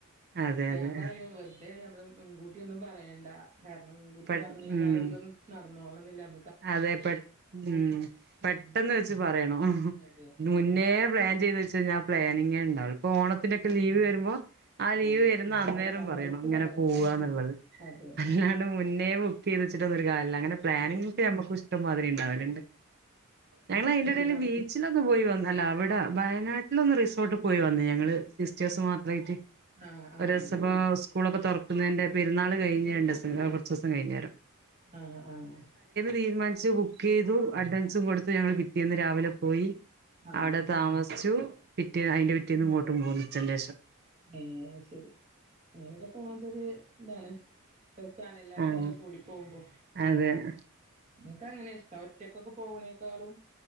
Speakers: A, on the right; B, on the right.
A: അതെ
B: ഞാൻ
A: അതെ
B: പറയും വെറുതെ മ്മള് മുൻകൂട്ടി ഒന്നും പറയേണ്ട കാരണം മുൻകൂട്ടി
A: പെ
B: പറഞ്ഞയിഞ്ഞാലൊന്നും
A: ഉം
B: നടന്നോളന്നില്ല. മ്
A: അതെ പെ ഉം പെട്ടെന്ന്
B: ഉം
A: വെച്ച് പറയണോ
B: അതെ
A: മുന്നേ പ്ലാൻ ചെയ്ത് വെച്ചെയ് ഞ്ഞാൽ ആ പ്ലാനിങ്ങേ ഉണ്ടാവൊൾ പ്പൊ ഓണത്തിന്റെക്കെ ലീവ് വരുമ്പോ ആ
B: ആഹ്
A: ലീവ് വരുന്ന അന്നേരം
B: ആ സമയത്ത്
A: പറയണം ഇങ്ങനെ
B: പറയണം
A: പോവാന്നുള്ളത്.
B: അതെ
A: അല്ലാണ്ട് മുന്നേ
B: ആഹ്
A: ബുക്ക് ചെയ്ത് വെച്ചിട്ടൊള്ളരു കാല്ല അങ്ങനെ പ്ലാനിങ് ഞമ്മക്കു ഇഷ്ടമാതിരി ഉണ്ടാവലണ്ട്. ഞങ്ങള് അതിനിടയില്
B: പക്ഷെ നടക്കും
A: ബീച്ചിലൊന്ന് പോയി വന്ന് അല്ല അവിടെ വയനാട്ടിലൊന്ന് റിസോർട്ട് പോയി വന്ന് ഞങ്ങള് സിസ്റ്റേഴ്സ്
B: ആഹ്
A: മാത്രമായിട്ട്
B: ആഹ് ആഹ്
A: ഒരോസൊപ്പൊ... സ് സ്കൂളൊക്കെ തുറക്കുന്നേന്റെ പെരുന്നാള് കഴിഞ്ഞ് രണ്ട്സം ആ കുറച്ചൂസം കഴിഞ്ഞേരം
B: ആഹ ആഹ
A: തീരുമാനിച്ചു. ബുക്ക് ചെയ്തു അഡ്വാൻസും കൊടുത്ത് ഞങ്ങൾ പിറ്റേന്നു രാവിലെ പോയി.
B: ആഹ്
A: അവ്ടെ താമസിച്ചു. പിറ്റേ അയിന്റെ പിറ്റേന്ന് ഇങ്ങട്ടും പോന്ന് ഉച്ചൻ്റേശം.
B: ഏ ശരി. അങ്ങനെയൊക്കെ പോണതൊരു താണ്. രസാണ് എല്ലാരുംപാടെ
A: ആഹ്
B: കൂടി പോകുമ്പോ
A: അതെ അ
B: മ്മക്ക് അങ്ങനെ ഇഷ്ടം. ഒറ്റക്കൊക്കെ പോകണേക്കാളും.